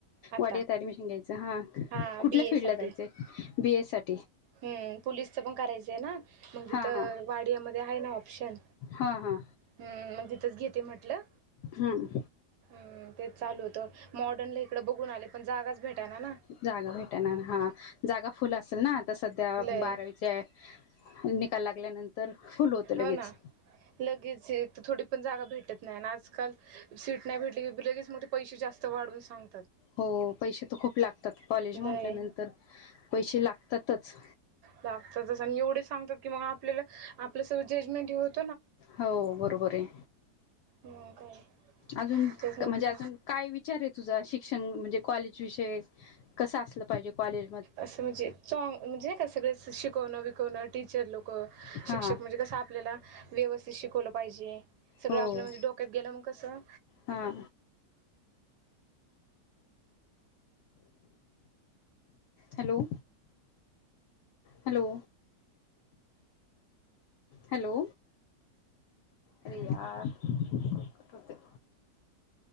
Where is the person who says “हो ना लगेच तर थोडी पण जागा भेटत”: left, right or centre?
Right